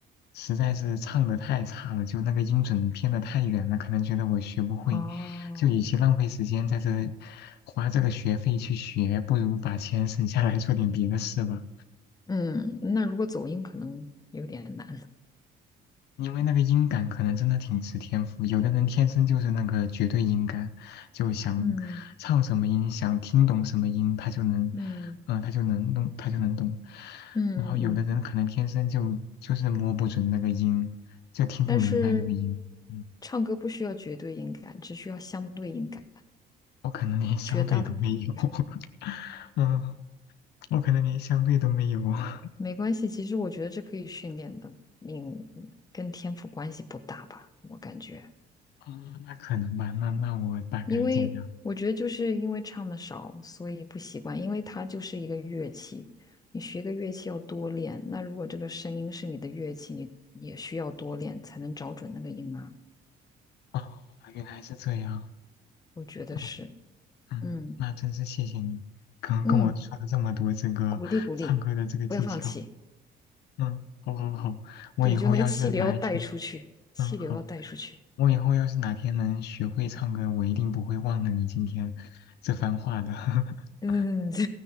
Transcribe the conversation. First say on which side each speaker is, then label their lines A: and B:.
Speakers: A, on the left (about 75°); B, on the left (about 20°).
A: 实在是唱的太差了，就那个音准偏的太远了，可能觉得我学不会，
B: 哦，
A: 就与其浪费时间在这花这个学费去学，不如把钱省下来做点别的事吧。
B: 嗯，那如果走音可能有点难。
A: 因为那个音感可能真的挺吃天赋，有的人天生就是那个绝对音感，就想唱什么音，
B: 嗯
A: 想听懂什么音，他就能，
B: 嗯
A: 嗯、他就能弄，他就能懂。
B: 嗯嗯嗯，
A: 然后有的人可能天生就就是摸不准那个音，就听不明白那个音。
B: 但是
A: 嗯，
B: 唱歌不需要绝对音感，只需要相对音感，
A: 我可能连相对都没有，
B: 绝大部分
A: <laughs> 嗯，我可能连相对都没有。<laughs>
B: 没关系。其实我觉得这可以训练的，你跟天赋关系不大吧？我感觉，
A: 哦，那可能吧，那那我大概尽量。
B: 因为我觉得就是因为唱的少，所以不习惯，因为它就是一个乐器，你学个乐器要多练。那如果这个声音是你的乐器，你也需要多练才能找准那个音啊。
A: 哦，原来是这样。
B: 我觉得是，
A: 哦，嗯，
B: 嗯
A: 那真是谢谢你，刚跟我说了这么多这个唱歌的这个技巧。
B: 嗯，鼓励鼓励，不要放弃。
A: 嗯，好好好，我以后要是哪一天，
B: 对，就那个气流要带出去，气流要带出去。
A: 嗯好，我以后要是哪天能学会唱歌，我一定不会忘了你今天这番话的。<laughs>
B: 嗯，<laughs> 这